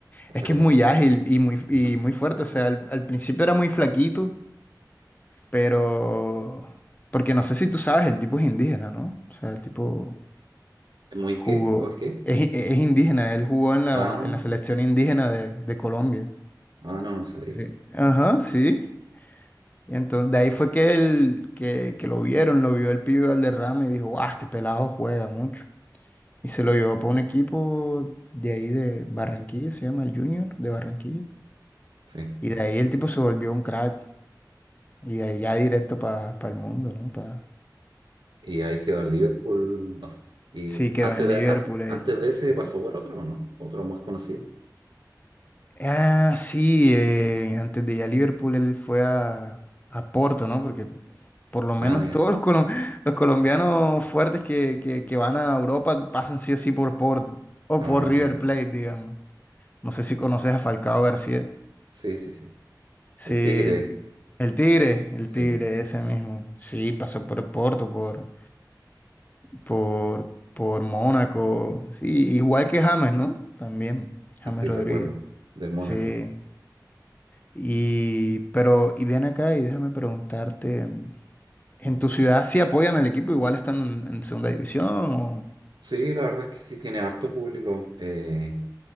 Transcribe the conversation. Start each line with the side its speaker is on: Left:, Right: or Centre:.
Right: O
Left: Es
Right: sea,
Left: que
Right: como
Left: es muy
Right: que...
Left: ágil y muy, y
Right: ajá.
Left: muy fuerte. O sea, al, al principio era muy flaquito, pero. Porque no sé si tú sabes, el tipo es indígena, ¿no? O sea, el tipo
Right: ¿Es muy
Left: jugó.
Right: qué? ¿O es qué?
Left: Es, i- es indígena, él jugó en la,
Right: Ah,
Left: en la selección indígena de, de Colombia.
Right: ah, no, no sabía eso.
Left: Sí. Ajá, sí. Y entonces de ahí fue que él, que, que lo vieron, lo vio el pibe Valderrama y dijo, guau, este pelado juega mucho. Y se lo llevó para un equipo de ahí de Barranquilla, se llama el Junior de Barranquilla.
Right: Sí.
Left: Y de ahí el tipo se volvió un crack. Y de ahí ya directo para el mundo, ¿no? Pa...
Right: Y ahí quedó en Liverpool. no sé. Y
Left: Sí, quedó
Right: antes
Left: en
Right: de,
Left: Liverpool.
Right: an-
Left: él.
Right: antes de ese
Left: Ujú.
Right: pasó por otro, ¿o ¿no? Otro más conocido.
Left: Ah, sí, eh, antes de ir a Liverpool él fue a, a Porto, ¿no? Porque por lo
Right: Ah,
Left: menos
Right: ya.
Left: <laughs> todos los, colo- los colombianos fuertes que, que, que van a Europa pasan sí o sí por Porto. O
Right: Ah,
Left: por River
Right: ya.
Left: Plate, digamos. No sé si conoces a Falcao García.
Right: Sí, sí, sí.
Left: Sí,
Right: El
Left: el,
Right: Tigre,
Left: ti- el Tigre, el
Right: sí.
Left: Tigre, ese mismo. Sí, pasó por el Porto, por, por, por Mónaco. Sí, igual que James, ¿no? También, James
Right: Así
Left: Rodríguez.
Right: recuerdo. Del Mónaco.
Left: Sí. Y, pero, y ven acá y déjame preguntarte, mm, ¿en
Right: Ujú.
Left: tu ciudad sí apoyan al equipo? Igual están en, en segunda división o...
Right: Sí, la verdad es que sí tiene harto público. eh,